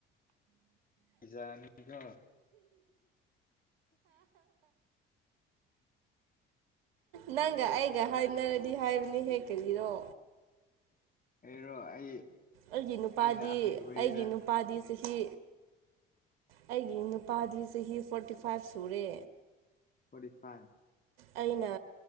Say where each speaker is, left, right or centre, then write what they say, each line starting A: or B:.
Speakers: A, on the left; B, on the right.
A: ꯀꯖꯥꯅꯤꯀꯣ
B: ꯅꯪꯒ ꯑꯩꯒ ꯍꯥꯏꯅꯔꯗꯤ ꯍꯥꯏꯕꯅꯤ ꯍꯦꯛ ꯀꯔꯤꯔꯣ
A: ꯑꯦꯔꯣ ꯑꯩ
B: ꯑꯩꯒꯤ ꯅꯨꯄꯥꯗꯤ
A: ꯑꯩꯅ ꯑꯍꯟ ꯑꯣꯏꯔꯤꯗ
B: ꯑꯩꯒꯤ ꯅꯨꯄꯥꯗꯤ ꯆꯍꯤ ꯑꯩꯒꯤ ꯅꯨꯄꯥꯗꯤ ꯆꯍꯤ ꯐꯣꯔꯇꯤ ꯐꯥꯏꯚ ꯁꯨꯔꯦ
A: ꯑꯣꯔꯤꯁꯥ
B: ꯑꯩꯅ